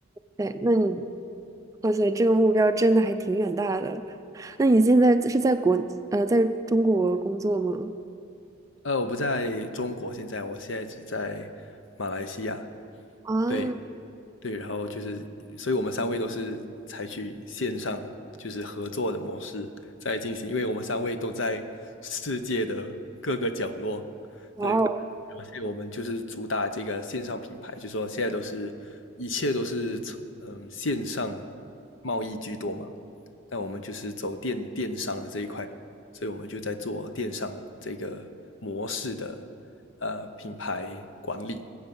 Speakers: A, on the right; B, on the left.
A: 对，那你哇塞，这个目标真的还挺远大的。那你现在是在国呃在中国工作吗？
B: 呃，我不在中国，现在我现在只在马来西亚。
A: 啊，
B: 对，对，然后就是，所以我们三位都是采取线上就是合作的模式在进行，因为我们三位都在世界的各个角落，
A: 哇哦，
B: 对，而且我们就是主打这个线上品牌，就说现在都是一切都是嗯线上贸易居多嘛，但我们就是走电电商的这一块，所以我们就在做电商这个模式的呃品牌管理，